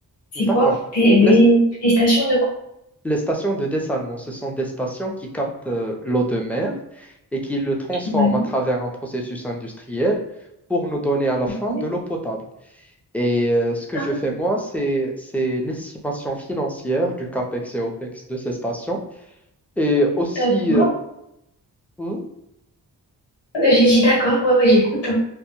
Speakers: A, on the left; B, in the centre.
A: C'est
B: D'accord.
A: quoi? Des, des,
B: Les,
A: des stations de quoi?
B: les stations de dessalement, ce sont des stations qui captent euh, l'eau de mer et qui le transforment
A: Ouais.
B: à travers un processus industriel pour nous donner à la fin
A: ouais.
B: de l'eau potable. Et euh, ce que
A: Ah,
B: je fais moi, c'est c'est l'estimation financière du CAPEX et OPEX de ces stations. Et aussi,
A: d'accord.
B: euh, hmm,
A: Euh, J'ai dit d'accord. Ouais, ouais, j'écoute. Hein.